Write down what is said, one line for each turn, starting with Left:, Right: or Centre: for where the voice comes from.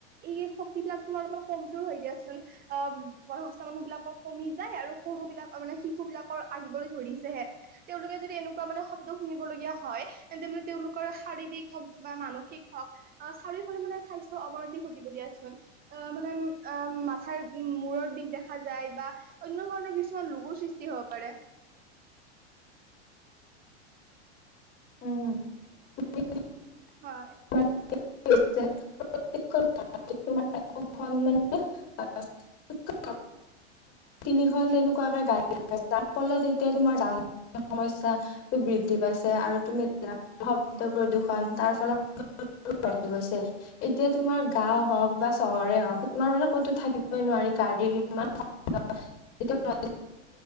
Right: এই শক্তিবিলাক তোমাৰ অলপমান কমযোৰ হৈ দিয়াচোন', অ', বয়োজ্যেষ্ঠ মানুহ বিলাকক কমি যায় আৰু', সৰু-সৰু বিলাক মানে শিশু বিলাকৰ আহিবলৈ ধৰিছেহে তেওঁলোকে যদি এনেকুৱা মানে শব্দ', শব্দ শুনিবলগীয়া হয় তেন্তে মানে তেওঁলোকৰ শাৰীৰিক হ‌ওঁক বা', মানসিক হওঁক, অ', চাৰিওফালে মানে স্বাস্থ্যৰ অৱনতি ঘটিব দিয়াচোন', অহ', মানে অ', মাথাৰ মূৰৰ বিষ দেখা যায় বা', অন্য ধৰণৰ কিছুমান ৰোগৰ সৃষ্টি হ'ব পাৰে',
Left: উম', তুমি
Right: হয়
Left: ঠিকেই কৈছা', <unintelligible> <unintelligible> তিনিখন তেনেকুৱাকে গাড়ী তাৰ ফলত এতিয়া তোমাৰ যান যোতৰ সমস্যা বৃদ্ধি পাইছে আৰু তুমি শব্দ প্ৰদূষণ তাৰ ফলত। <unintelligible> বাঢ়ি গৈছে। এতিয়া তোমাৰ গাওঁ হওক বা চহৰে হওক তোমাৰ মানে ক'তো থাকিবই নোৱাৰি গাড়ীৰ ইমান শব্দ